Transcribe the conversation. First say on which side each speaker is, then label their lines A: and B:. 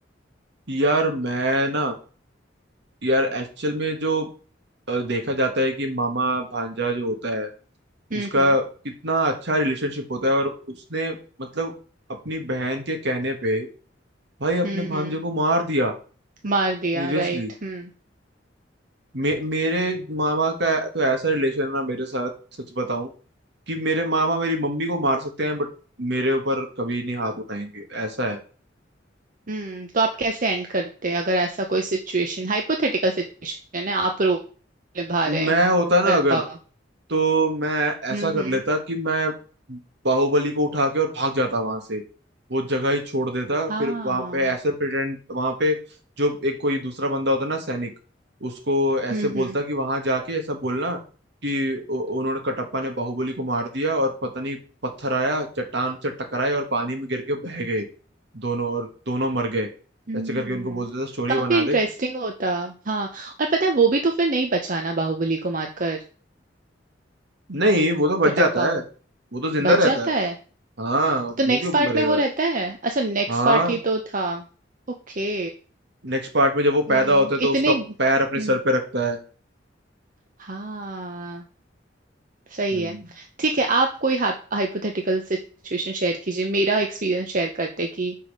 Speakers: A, on the right; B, on the right.
A: यार मैं ना यार एक्चुअल में जो अ, देखा जाता है कि मामा भांजा जो होता है
B: हम्म
A: उसका
B: हम्म
A: कितना अच्छा रिलेशनशिप होता है और उसने मतलब अपनी बहन के कहने पे भाई अपने
B: हम्म
A: भांजे
B: हम्म
A: को मार दिया
B: मार
A: सीरियसली
B: दिया राइट हम्म
A: मे, मेरे मामा का तो ऐसा रिलेशन है ना मेरे साथ सच बताऊं कि मेरे मामा मेरी मम्मी को मार सकते हैं बट मेरे ऊपर कभी नहीं हाथ उठाएंगे ऐसा है
B: हम्म तो आप कैसे एंड करते हैं अगर ऐसा कोई सिचुएशन हाइपोथेटिकल सिचुएशन है आप रोल निभा रहे हैं
A: मैं होता ना
B: कर
A: अगर
B: पा
A: तो मैं ऐसा
B: हम्म
A: कर
B: हम्म
A: लेता कि मैं बाहुबली को उठा के और भाग जाता वहां से वो जगह ही छोड़ देता
B: हाँ
A: फिर वहां पे ऐसे प्रिटेंड वहां पे जो एक कोई दूसरा बंदा होता ना सैनिक उसको ऐसे
B: हम्म हम्म
A: बोलता कि वहां जाके ऐसा बोलना कि उ- उन्होंने कटप्पा ने बाहुबली को मार दिया और पता नहीं पत्थर आया चट्टान से टकराए और पानी में गिर के बह गए दोनों और दोनों मर गए
B: हम्म
A: ऐसे करके उनको बोलते थे स्टोरी
B: काफी
A: बना
B: इंटरेस्टिंग
A: दे
B: होता हाँ और पता है वो भी तो फिर नहीं बचाना बाहुबली को मारकर
A: नहीं वो तो बच
B: कटप्पा
A: जाता है वो तो जिंदा
B: बच
A: रहता
B: जाता
A: है
B: है
A: हाँ
B: तो नेक्स्ट
A: वो क्यों
B: पार्ट
A: मरेगा
B: में वो रहता है अच्छा नेक्स्ट
A: हाँ
B: पार्ट ही तो था ओके
A: नेक्स्ट पार्ट में जब वो
B: हम्म
A: पैदा होता है तो
B: इतने
A: उसका पैर अपने
B: हम्म
A: सर पे रखता है
B: हाँ सही
A: हम्म
B: है ठीक है आप कोई हाइपोथेटिकल सिचुएशन शेयर कीजिए मेरा एक्सपीरियंस शेयर करते हैं कि